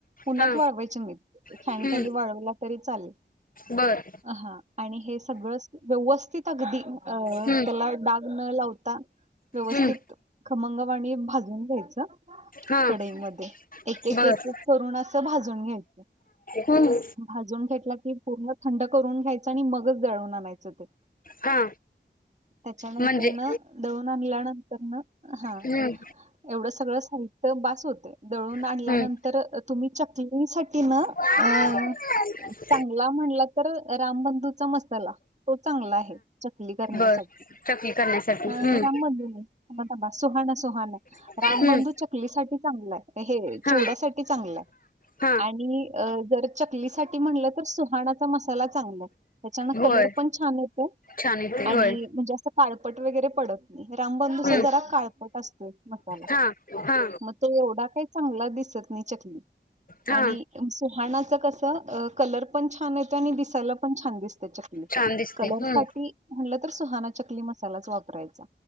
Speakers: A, on the right (about 40°); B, on the left (about 50°).
A: उन्हात
B: हा
A: वाळवायचे नाहीत फॅन
B: हम्म
A: खाली वाळवला तरी चालेल
B: बर
A: हा आणि हे सगळं व्यवस्थित अगदी अ
B: हम्म
A: त्याला डाग न लावता व्यवस्थित
B: हम्म
A: खमंगवाणी भाजून घ्यायचं
B: हा
A: कडईमध्ये एक
B: बर
A: एक एक एक करुन असं भाजून घ्यायचं
B: हम्म
A: भाजून घेतला की पूर्ण थंड करून घ्यायचं आणि मगच दळून आणायचं ते
B: हा
A: त्याच्यानंतरनं
B: म्हणजे
A: दळून आणल्यानंतरनं हा
B: हम्म
A: एवढं सगळं सगळं साहित्य बास होतय दळून आणल्यानंतर
B: हम्म
A: तुम्ही चकलीसाठी ना
B: हा
A: अं... चांगला म्हणला तर रामबंधूचा मसाला तो चांगला आहे. चकली करण्यासाठी.
B: बर चकली करण्यासाठी
A: अ
B: हम्म
A: रामबंधू नाही थांबा थांबा सुहाणा सुहाणा
B: हम्म
A: रामबंधू चकलीसाठी. चांगला हे चिवड्यासाठी
B: हम्म हा
A: चांगलं आहे.
B: हा
A: आणि जर चकलीसाठी म्हणलं तर सुहाणाचा मसाला चांगला. त्याच्यानं कलर
B: होय
A: पण छान येतोय
B: छान येते होय
A: आणि म्हणजे असं काळ.. ळपट वगैरे पडत नाही रामबंधू
B: हम्म
A: जरा काळपट असत. तोय मसाला
B: हा हा
A: मग तो एवढा काही चांगला दिसत नाही चकली
B: हा
A: आणि सुहाणाच कसं कलर पण छान येतोय आणि दिसायला पण छान दिसते चक
B: छान दिसते
A: कलर
B: हम्म
A: साठी म्हटलं तर सुहाणा चकली मसालाच वापरायचा.